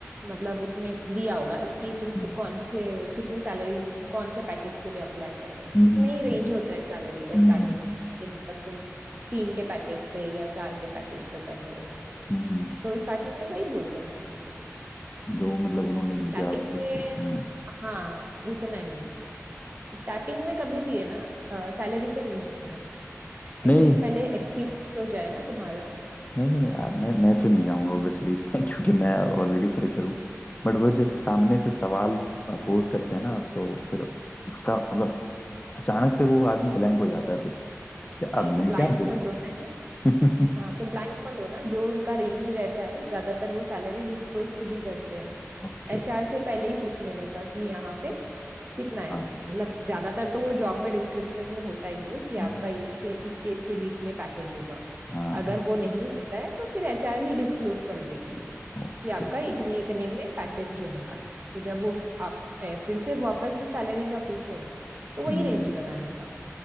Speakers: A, on the right; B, on the left.
A: मतलब उसमें दिया होगा ना कि तुम कि,
B: हम्म
A: कौन से कितनी सैलरी कौन से पैकेज के लिए अप्लाई कर रहे हो
B: हम्म
A: उसमें
B: हम्म
A: ही रेंज होता है सैलरी का
B: हम्म,
A: स्टार्टिंग में कि मतलब तुम तीन के पैकेज पे या चार के पैकेज पे कर रहे हो
B: हम्म, हम्म,
A: तो स्टार्टिंग में वही बोल देना
B: जो मतलब उन्होंने
A: स्टार्टिंग
B: दिया डिस्क्रिप्शन
A: में
B: में
A: हाँ उतना ही स्टार्टिंग में कभी भी है ना सैलरी पे नहीं जाने का एटलीस्ट
B: नहीं
A: पहले एक्सपीरियंस हो जाए ना तुम्हारा
B: नहीं नहीं यार मैं मैं तो नहीं जाऊंगा ऑब्वियसली <laughs> क्योंकि मैं ऑलरेडी फ्रेशर हूँ बट वो जब सामने से सवाल पोज करते हैं ना तो फिर उसका मतलब अचानक से वो आदमी ब्लैंक हो जाता है फिर कि
A: नहीं
B: अब मैं
A: ब्लैंक
B: क्या
A: मत होना है
B: बोलूँ
A: हाँ
B: <laughs>
A: तो ब्लैंक मत होना जो उनका रेंज रहता है ज्यादातर वो सैलरी डिस्क्लोज खुद ही करते हैं
B: ओके
A: एचआर से पहले ही पूछ लेने का कि यहाँ पे कितना है
B: हाँ
A: मतलब ज्यादातर तो वो जॉब में डिस्क्रिप्शन में होता ही है कि
B: हम्म,
A: आपका इससे इसके इसके बीच में पैकेज होगा
B: हाँ
A: अगर वो नहीं होता है तो फिर एचआर ही डिस्क्लोज कर देती है
B: ओके
A: कि आपका इतने इतने में पैकेज होने वाला है तो जब वो तो आप ए, फिर से वापस से सैलरी का पूछे तो वही
B: हम्म
A: रेंज बताने का